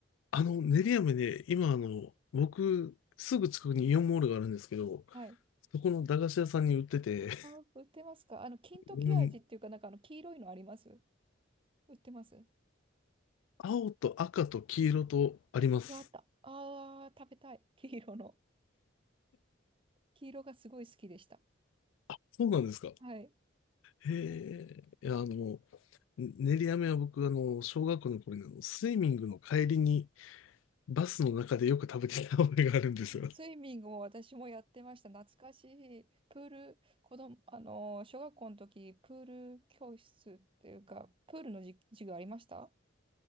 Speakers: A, on the left; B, on the right.
A: あの、練り飴で、今あの、僕、すぐ近くにイオンモールがあるんですけど、
B: はい。
A: そこの駄菓子屋さんに売ってて、
B: あ、売ってますかあの、金時味っていうか、
A: <laughs> うん
B: なんかあの、黄色いのあります売ってます
A: 青と赤と黄色とあります。
B: あ、黄色あった。ああ、食べたい。黄色の。黄色がすごい好きでした。
A: そうなんですか。
B: はい。
A: へえ、いや、あの、ね練り飴は僕、あの、小学校の頃に、あの、スイミングの帰りに、バスの中でよく食べてた覚えがあるんですよ。<laughs>
B: スイミングも私もやってました。懐かしい。プール、子供、あのー、小学校の時、プール教室っていうか、プールのじ授業ありました